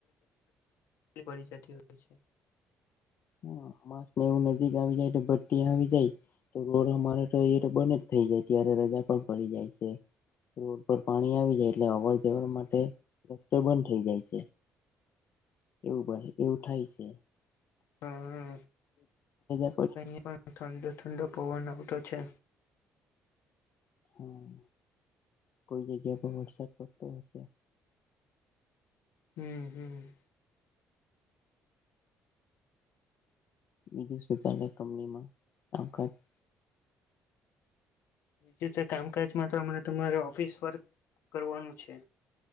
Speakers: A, on the left; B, on the left.
A: પડી જતી હોય છે
B: હ માસને એવું નજીક આવી જાય તો ભટ્ટતી આવી જાય તો રોડ અમારે તો એ તો બન જ થઇ જાય ત્યારે રજા પણ પડી જાય છે રોડ પર પાણી આવી જાય એટલે અવર જવર માટે રસ્તો બંધ થઇ જાય છે એવું બને એવું થાય છે
A: હા બસ
B: <inaudible>
A: અહિયાં ઠંડો ઠંડો પવન આવતો છે
B: હા કોઈ જગ્યા પર વરસાદ પડતો હશે
A: હમ હમ
B: બીજું સુ ચ કંપનીમાં કામકાજ <unintelligible>
A: બીજું કામકાજમાં તો હમણાં તમારે ઓફિસ વર્ક કરવાનું છે